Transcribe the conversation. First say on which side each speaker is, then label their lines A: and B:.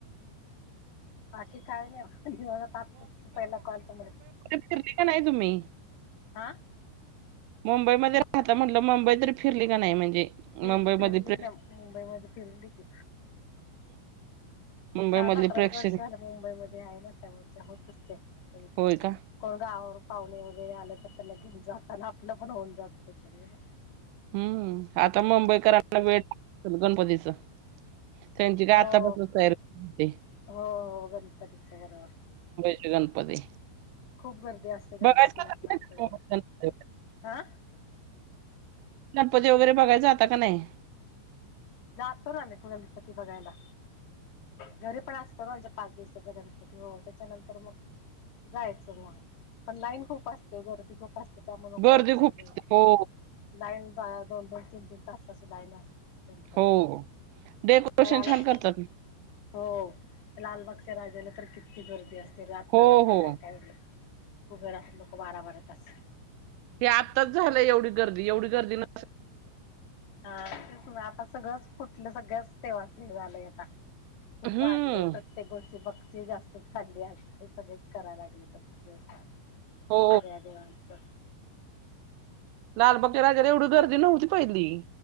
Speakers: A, on the left (about 60°); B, on the right (about 85°).
A: बाकी काय नाही ब निवांत आताच पहिला कॉल तुम्हाला केला
B: फिरलाय का नाही तुम्ही
A: आ
B: मुंबईमध्ये राहता म्हंटल मुंबई तर फिरली का नाही म्हणजे
A: फिरली
B: मुंबईमध्ये
A: फिरली
B: प्रे
A: ना मुंबईमध्ये फिरली की
B: मुंबईमधली
A: झालं आता बरेच
B: प्रेक्षण
A: वर्ष झालं मुंबईमध्ये आहे ना त्यामुळे ते होतंच ते कधीतरी
B: होय का
A: कोण गावावर वरून पाहुणे वगैरे आले तर त्यांना घेऊन जाताना आपलं पण होऊन जातं त्याच्यामूळे
B: हम्म आत्ता मुंबईकरांना वेळ गणपतीचं त्यांची काय
A: हो
B: आत्तापासनचं तयारी होते
A: हो हो गणपतीचं बरोबर
B: चे गणपती
A: खूप गर्दी असते गणपतीला
B: बघायचं आता का
A: पमान
B: नाही
A: चढते
B: तुम्ही मुंबईत गणपती?
A: हं
B: गणपती वगैरे बघायला जाता का नाही
A: जातो ना आम्ही पण गणपती बघायला घरी पण असतो ना आमच्या पाच दिवस साचा गणपती हो त्याच्यानंतर मग जायचं म पण लाईन खूप असते गर्दी खूप असते त्यामुळं नको
B: गर्दी
A: वाटतं
B: खूप
A: ते
B: असते हो
A: लाईन जायला दोन दोन तीन तीन तासाची लाईन असते गणपतीला
B: हो डेकोरेशन
A: तर आलंच
B: छान करतात
A: हो लालबागच्या राजाला तर किती गर्दी असते. रात्र
B: हो,
A: रात्र
B: हो.
A: काय काय वेगळ उभे राहतात लोक बारा बारा तास
B: हे आत्ताच झालंय एवढी गर्दी एवढी गर्दी न
A: हा तेच म आता सगळंच कुठलं सगळ्याच देवांच हे झालंय आता खूप
B: हम्म.
A: वाढलंय प्रत्येक गोष्टी बघ ते जास्तचं चाललीये आजकाल सगळीच कराय लागल्यात आता होय सगळ्या
B: हो.
A: देवांच
B: लालबाग च्या राजाला एवढी गर्दी नव्हती पहिली